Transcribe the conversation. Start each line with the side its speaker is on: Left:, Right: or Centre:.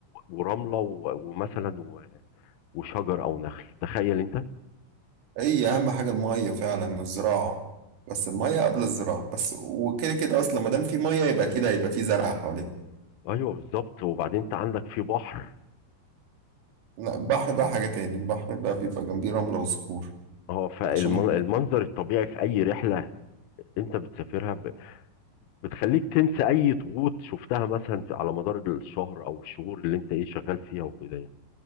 Left: ورمله و... ومثلا و... وشجر او نخل تخيل انت
Right: هي اهم حاجه الميه فعلا والزراعه بس الميه قبل الزراعه بس وكده كده اصلا ما دام في ميه يبقى كده هيبقى في زرع حواليه
Left: ايوه بالظبط وبعدين انت عندك في بحر
Right: لا البحر بقى حاجه تاني البحر بقى بيبقى جنبيه رمله وصخور
Left: اه فالمنظر
Right: عشان
Left: الطبيعي في اي رحله انت بتسافرها ب... بتخليك تنسى اي ضغوط شفتها مثلا في- على مدار الشهر او الشهور اللي انت ايه شغال فيها وكده يعني